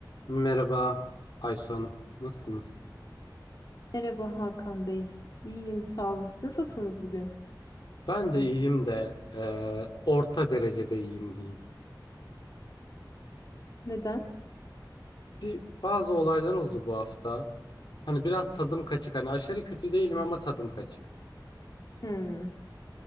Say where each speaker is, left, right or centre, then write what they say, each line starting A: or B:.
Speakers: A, on the left; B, on the left.
A: Merhaba Aysu Hanım. Nasılsınız?
B: Merhaba Hakan Bey. İyiyim, sağ olun. Siz nasılsınız bugün?
A: Ben de iyiyim de eee, orta derecede iyiyim diyeyim.
B: Neden?
A: Bir bazı olaylar oldu bu hafta. Hani biraz tadım kaçık. Hani aşırı kötü değilim ama tadım kaçık.
B: Hmm.